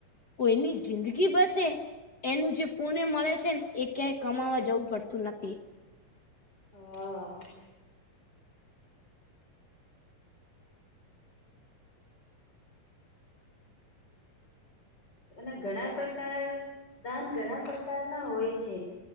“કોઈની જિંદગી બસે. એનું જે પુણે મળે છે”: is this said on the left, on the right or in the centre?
Left